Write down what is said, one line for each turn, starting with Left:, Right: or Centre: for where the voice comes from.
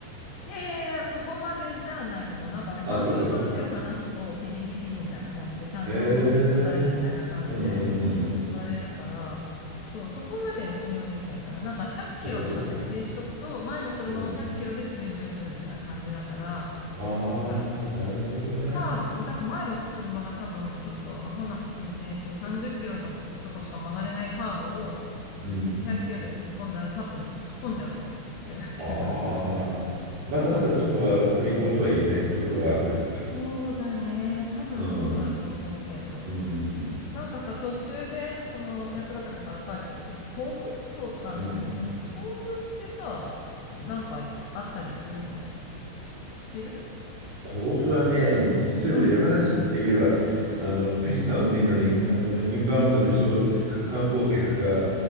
Left: いやいやいや、そこまでじゃないと思う。なんかね、ハンドルから手を離すと、
Right: あ、そっかそっか。
Left: ピピピピみたいな感じで、ちゃんと持ってくださいみたいな感じで
Right: ええうんうんうんうん。
Left: 言われるから、そう、そこまで信用できないかな。なんか100キロとか設定しとくと、
Right: そっかそっか。
Left: 前の車を100キロで追従するみたいな感じだから、
Right: うん。ああ、
Left: なんか
Right: なるほどね。
Left: カーブ、だから前の車が多分ちょっとアホな運転して30キロのとこしか曲がれないカーブを
Right: うん。
Left: 100キロで突っ込んだら多分突っ込んじゃうと思うって感じかな、
Right: ああ、
Left: まだ。
Right: まだまだそこはお利口とは言えないところはあるわけだ。
Left: そうそう。そうだね。多分そうだと思うけど。
Right: うん。うん。
Left: なんかさ、途中で、その、八ヶ岳から帰ってくるとき、甲府通ったんだけど、
Right: うん。
Left: 甲府ってさ、なんかあったりするの知ってる
Right: 甲府はね、実を言うと山梨って言えば、
Left: うん、
Right: あの富士山を見るのにあのインバウンドの人、か観光客が